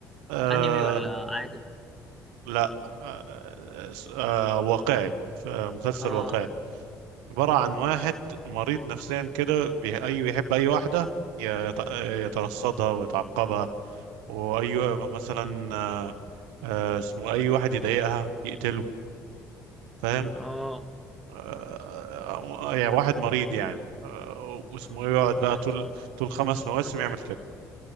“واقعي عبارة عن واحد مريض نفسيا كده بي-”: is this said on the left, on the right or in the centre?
Right